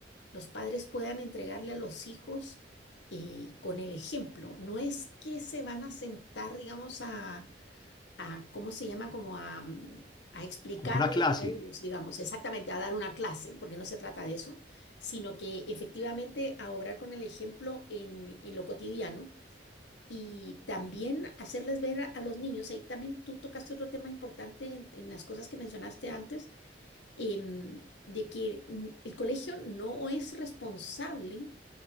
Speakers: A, on the left; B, on the left.
A: los padres puedan entregarle a los hijos eh, con el ejemplo. No es que se van a sentar, digamos, a a, ¿cómo se llama? Como a, mm, a explicarles
B: como una clase.
A: a ellos, digamos, exactamente, a dar una clase, porque no se trata de eso, sino que efectivamente a obrar con el ejemplo en, en lo cotidiano y también hacerles ver a, a los niños, ahí también tú tocaste otro tema importante en, en las cosas que mencionaste antes, em, de que mm, el colegio no es responsable